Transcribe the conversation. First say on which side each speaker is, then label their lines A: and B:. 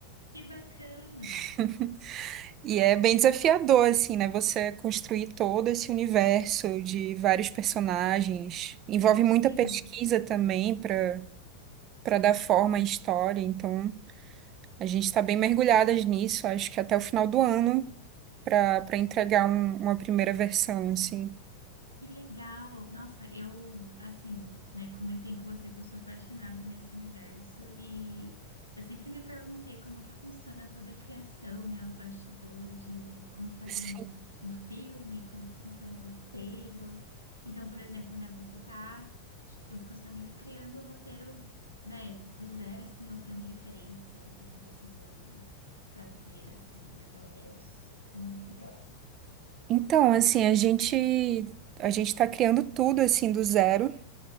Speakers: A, on the right; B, on the right.
A: Que bacana.
B: <laughs> e é bem desafiador, assim, né? Você construir todo esse universo de vários personagens. Envolve muita
A: Sim.
B: pesquisa também para para dar forma à história, então a gente está bem mergulhadas nisso, acho que até o final do ano. para para entregar um- uma primeira versão, assim.
A: Que legal! Nossa, eu, assim, né, comentei com você que eu sou apaixonada nesse universo e eu sempre me perguntei como que funciona toda a criação, né, o bastidor de como fazer
B: Sim.
A: um, um filme, como que funciona o roteiro. Então, por exemplo, né, você tá junto com a sua amiga criando o roteiro, né, do zero, assim, ou tem uma referência do que que vocês vão fazer, assim, mais ou menos. Tô muito curiosa.
B: Então, assim, a gente a gente está criando tudo assim do zero.